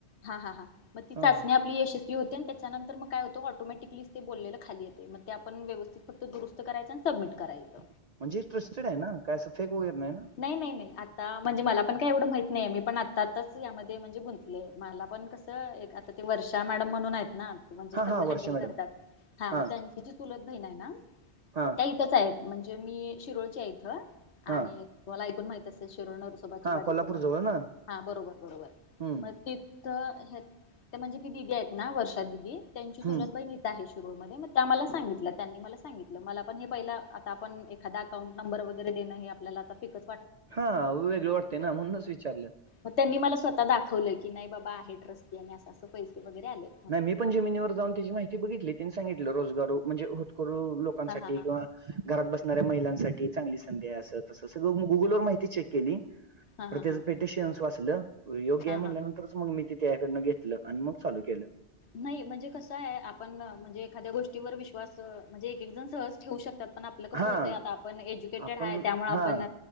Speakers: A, on the left; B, on the right.
A: हा हा हा म ती
B: हां,
A: चाचणी यशस्वी होते आणि त्याच्यानंतर मग काय होतं ऑटोमॅटिकली ते बोललेल खाली येते मग ते आपन व्यवस्थित फक्त दुरुस्त करायच सबमिट करायचं
B: म्हणजे ट्रस्टेड आहे ना काय असं फेक वगैरे नाही ना
A: नाही नाही नाही आता म्हणजे मला पण काय एवढं माहीत नाही मी पण आता आत्ताच यामध्ये म्हणजे गुंतले मला पण कस एक आता ते वर्षा मॅडम म्हणून आहेत ना म्हणजे
B: हां,
A: सगळ
B: हां, वर्षा
A: हँडल
B: मॅडम.
A: करतात हा
B: हां,
A: म त्यांची जी चुलत बहिण आहे ना
B: हां
A: इथच आहे म्हणजे मी शिरोळची हाय इथ
B: हां,
A: आणि तुम्हाला ऐकून माहिती असेल शिरोळ नरसोबाच्या
B: हां,
A: वाडी
B: कोल्हापूरजवळ
A: जवळ
B: ना?
A: हा बरोबर बरोबर
B: हं,
A: म ती इथ म्हणजे ती दीदी आहेत ना वर्षा दीदी त्यांची चुलत
B: हं.
A: बहीण इथ आहे शिरोळमध्ये म त्या मला सांगितल्या त्यांनी मला सांगितलं मला आपण हे पहिला आता आपण एखादा अकाउंट नंबर वगैरे देणं हे आपल्याला आता फेकच
B: हा वेगळ वाटतय ना म्हणूनच विचारलं
A: म त्यांनी मला स्वतः दाखवलं की नाही बाबा आहे ट्रस्टी आणि असं असं पैसे वगैरे आले
B: नाही मी पण जेमिनीवर जाऊन त्याची माहिती बघितली तिनी सांगितलं रोजगारु म्हणजे होतकरू लोकांसाठी
A: हा हा हा
B: किंवा घरात बसणाऱ्या महिलांसाठी चांगली संधी अस तसं सगळं गुगल वर माहिती चेक केली
A: हा
B: परत
A: हा
B: त्याच
A: हा
B: पेटिशन वाचलं योग्य
A: हा
B: आहे म्हणल्या
A: हा
B: नंतरच मग मी ते त्याकडन घेतलं आणि मग चालू केलं
A: नाही म्हणजे कसं आहे आपण म्हणजे एखाद्या गोष्टीवर विश्वास म्हणजे एक एक जण सहज ठेवू शकत्यात पण आपलं कसं
B: हां,
A: होतंय आता आपण एज्युकेटेड
B: आपण
A: हाय त्यामुळे आपण
B: हां,